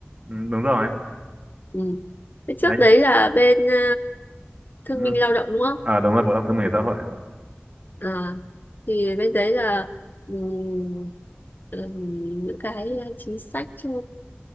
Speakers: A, on the right; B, on the left.
A: Ừ, Đúng rồi.
B: Ừ. Thế
A: Đấy.
B: trước đấy là bên ờ, thương
A: Ừ,
B: binh lao động đúng không?
A: Ờ đúng rồi Bộ Lao động Thương binh và Xã hội.
B: À, thì bên đấy là ừm, ừm, những cái chính sách cho